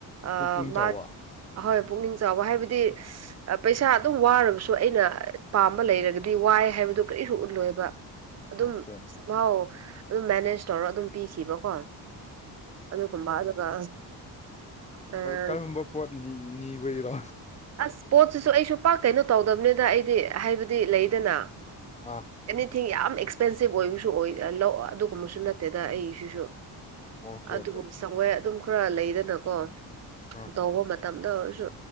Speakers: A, on the right (about 35°); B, on the left (about 15°).
A: ꯑ
B: ꯄꯨꯛꯅꯤꯡ
A: ꯃꯥ
B: ꯆꯥꯎꯕ
A: ꯑꯍꯣꯏ ꯄꯨꯛꯅꯤꯡ ꯆꯥꯎꯕ ꯍꯥꯏꯕꯗꯤ ꯄꯩꯁꯥ ꯑꯗꯨꯝ ꯋꯥꯔꯕꯁꯨ ꯁꯨ ꯑꯩꯅ ꯄꯥꯝꯕ ꯂꯩꯔꯒꯗꯤ ꯋꯥꯏ ꯍꯥꯏꯕꯗꯨꯣ ꯀꯔꯤꯁꯨ ꯎꯠꯂꯣꯏꯕ ꯑꯗꯨꯝ
B: ꯑꯣꯀꯦ
A: ꯥꯎ ꯑꯗꯨꯝ ꯃꯦꯅꯦꯖ ꯇꯧꯔ ꯑꯗꯨꯝ ꯄꯤꯈꯤꯕꯀꯣ ꯑꯗꯨ ꯀꯕꯥ ꯑꯗꯨꯒ ꯑ
B: ꯀꯔꯝꯕ ꯄꯣꯠ ꯅꯤꯕꯩꯔꯣ
A: ꯑꯁ ꯄꯣꯠꯁꯤꯁꯨ ꯑꯩꯁꯨ ꯄꯥꯛ ꯀꯩꯅꯣ ꯇꯧꯗꯕꯅꯤꯗ ꯑꯩꯗꯤ ꯍꯥꯏꯕꯗꯤ ꯂꯩꯗꯅ
B: ꯑꯥ
A: ꯑꯦꯅꯤꯊꯤꯡ ꯌꯥꯝ ꯑꯦꯛꯁꯄꯦꯟꯁꯤꯞ ꯑꯣꯏꯕꯁꯨ ꯑꯣꯏ ꯂꯧ ꯑꯗꯨꯒꯨꯝꯕꯁꯨ ꯅꯠꯇꯦꯗ ꯑꯩꯁꯤꯁꯨ
B: ꯑꯣꯀꯦ
A: ꯑꯗꯨꯕꯨ
B: ꯑꯣꯀꯦ
A: ꯁꯧꯋꯦ ꯑꯗꯨꯝ ꯈꯔ ꯂꯩꯔꯅꯀꯣ
B: ꯑꯥ
A: ꯇꯧꯕ ꯃꯇꯝꯗ ꯑꯣꯏꯔꯁꯨ